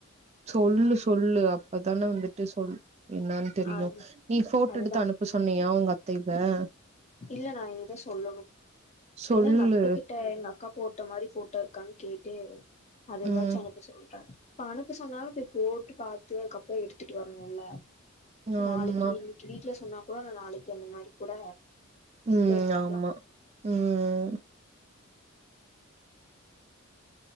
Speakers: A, on the right; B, on the left.
A: சொல்லு சொல்லு அப்பதானே வந்துட்டு சொல் என்னானு தெரியும்
B: ஆ
A: நீ போட்டோ
B: அதுதா
A: எடுத்து அனுப்ப சொன்னியா உங்க அக் <unintelligible>
B: இல்ல நா இனி சொல்லணு
A: சொல்லு
B: இல்ல எங்க அத்தகிட்ட எங்க அக்கா போட்டோ மாரி போட்டோ இருக்கான்னு கேக் டே அது
A: ம்
B: தா சொதப்பிச்சில்ற அனுப்ப சொன்னாலும் இப்ப போட்டு பாத்து அதுக்கப்றோ எடுத்துட்டு வரணும்ல
A: ஆமா
B: நாளைக்கி இன்னைக்கி வீட்ல சொன்னா கூட நாளைக்கு அந்த மாரி கூட
A: ம்
B: போய் எடுத்துக்கலா
A: ஆமா ம்